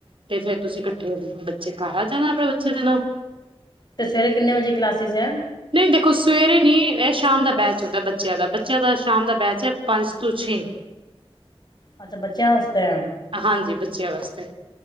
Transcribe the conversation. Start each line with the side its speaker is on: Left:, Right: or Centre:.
Right: ਤੇ ਫੇਿਰ ਤੁਸੀਂ ਇਕੱਠੇ ਹੋ ਬੱਚੇ ਘਰ ਆ ਜਾਣਾ ਆਪਣੇ ਬੱਚੇ ਦੇ ਨਾਲ
Left: ਤੇ ਸਵੇਰੇ ਕਿੰਨੇ ਵਜੇ ਕਲਾਸਿਸ ਐ।
Right: ਨਹੀਂ ਦੇਖੋ ਸਵੇਰੇ ਨੀ ਇਹ ਸ਼ਾਮ ਦਾ ਬੈਚ ਹੁੰਦਾ ਬੱਚਿਆਂ ਦਾ ਬੱਚਿਆਂ ਦਾ ਸ਼ਾਮ ਦਾ ਬੈਚ ਹੈ ਪੰਜ ਤੋਂ ਜੀ
Left: ਅੱਛਾ ਬੱਚਿਆਂ ਵਾਸਤੇ
Right: ਹਾਂਜੀ ਬੱਚਿਆਂ ਵਾਸਤੇ,